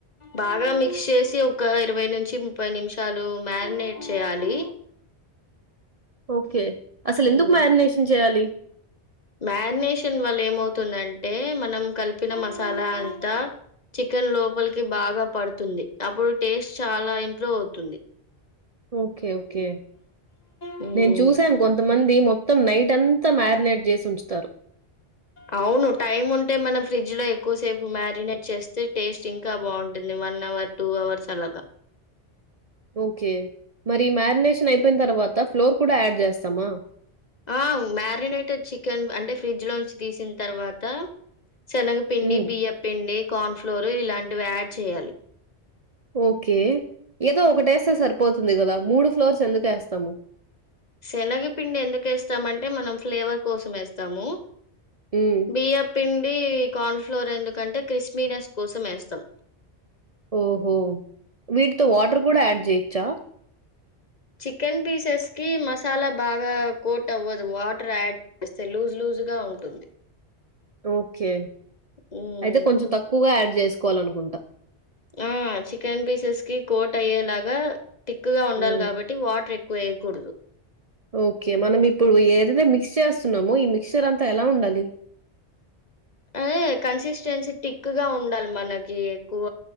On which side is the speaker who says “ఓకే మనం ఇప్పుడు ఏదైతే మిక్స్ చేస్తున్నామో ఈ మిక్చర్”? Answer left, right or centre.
Right